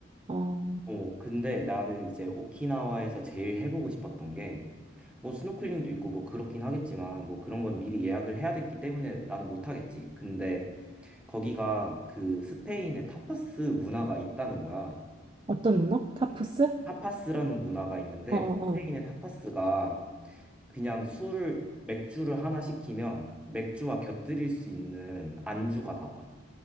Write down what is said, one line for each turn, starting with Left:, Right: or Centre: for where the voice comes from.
Right: 어,
Centre: 어, 근데 나는 이제 오키나와에서 제일 해보고 싶었던 게 뭐 스노클링도 있고 뭐 그렇긴 하겠지만 뭐 그런 건 미리 예약을 해야 됐기 때문에 나는 못 하겠지. 근데 거기가 그 스페인의 타파스 문화가 있다는 거야.
Right: 어떤 문화? 타프스?
Centre: 타파스라는 문화가 있는데
Right: 어, 어,
Centre: 스페인의
Right: 어.
Centre: 타파스가 그냥 술을 맥주를 하나 시키면 맥주와 곁들일 수 있는 안주가 나와.